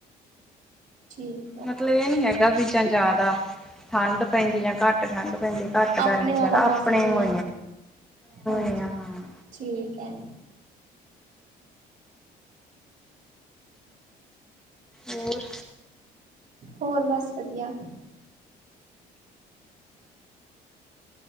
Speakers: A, on the right; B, in the centre.
A: ਠੀਕ ਆ
B: ਮਤਲਬ ਇਹ ਨੀ ਹੈਗਾ ਵੀ ਜਾਂ ਜ਼ਿਆਦਾ ਠੰਡ ਪੈਂਦੀ ਜਾਂ ਘੱਟ ਠੰਡ ਪੈਂਦੀ ਘੱਟ
A: ਆਪਣੇ ਵਾਲਾ
B: ਆਪਣੇ
A: ਮੌਸਮ ਹੀ
B: ਵਾਂਗੂ
A: ਆ ਹਾਂਜੀ
B: ਹੀ ਆ ਹਾਂ।
A: ਠੀਕ ਹੈ
B: ਹੋਰ
A: ਹੋਰ ਬਸ ਵਧੀਆ।